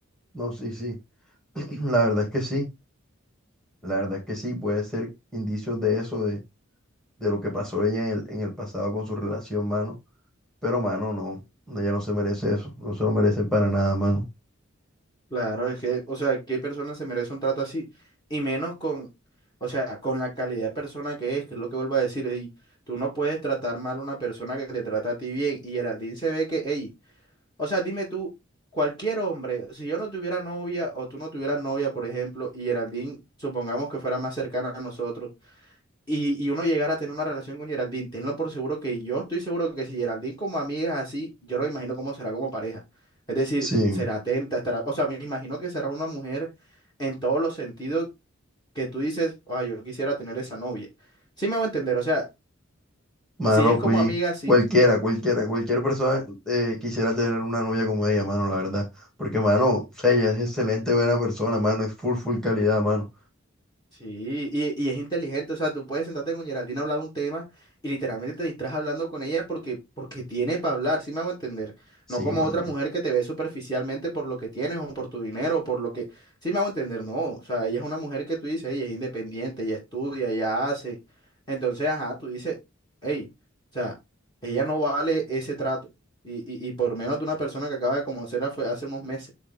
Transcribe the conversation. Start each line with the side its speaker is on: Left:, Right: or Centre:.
Centre: No, sí, sí. <clears throat> La verdad es que sí. La verdad es que sí, puede ser indicios de eso, de, de lo que pasó ella en el, en el pasado con su relación, mano. Pero, mano, no. Ella no se merece eso. No se lo merece para nada, mano.
Left: Claro, es que, o sea, ¿qué persona se merece un trato así? Y menos con, o sea, con la calidad de persona que es, que es lo que vuelvo a decir, ey, tú no puedes tratar mal a una persona que te trata a ti bien. Y Geraldine se ve que, ey, o sea, dime tú, cualquier hombre, si yo no tuviera novia o tú no tuvieras novia, por ejemplo, y Geraldine, supongamos que fuera más cercana a nosotros y, y uno llegar a tener una relación con Geraldine, tenlo por seguro que yo estoy seguro que si Geraldine como amiga es así, yo lo imagino cómo será como pareja. Es decir,
Centre: Sí.
Left: será atenta, estará, o sea, me imagino que será una mujer en todos los sentidos que tú dices, ay, yo quisiera tener esa novia. Sí me hago entender, o sea,
Centre: Mano,
Left: si es como
Centre: cui-
Left: amiga, sí
Centre: cualquiera, cualquiera, cualquier persona eh, quisiera tener una novia como ella, mano, la verdad. Porque, mano, o sea, ella es excelente, buena persona, mano, es full, full calidad, mano.
Left: Sí, y, y es inteligente, o sea, tú puedes sentarte con Geraldine a hablar de un tema y literalmente te distraes hablando con ella porque, porque tiene para hablar, ¿sí me hago entender?
Centre: Sí,
Left: No como
Centre: mano.
Left: otra mujer que te ve superficialmente por lo que tienes o por tu dinero o por lo que, ¿sí me hago entender? No, o sea, ella es una mujer que tú dices, ella es independiente, ella estudia, ella hace, entonces, ajá, tú dices, hey, o sea, ella no vale ese trato y, y, y por menos de una persona que acaba de conocer hace hace unos meses.